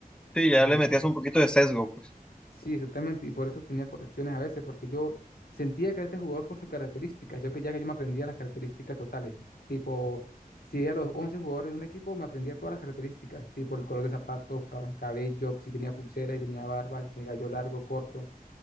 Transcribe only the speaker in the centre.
Sí, ya
le metías un poquito de sesgo, pues.